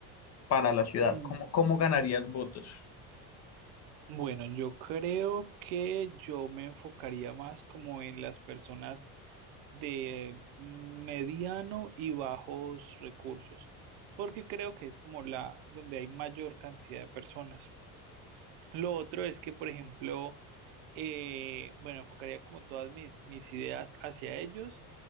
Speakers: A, on the left; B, on the right.
A: para la ciudad?
B: Mm,
A: ¿Cómo, cómo ganarías votos?
B: Bueno, yo creo que yo me enfocaría más como en las personas de mediano y bajos recursos, porque creo que es como la donde hay mayor cantidad de personas. Lo otro es que, por ejemplo, eh, bueno, enfocaría como todas mis, mis ideas hacia ellos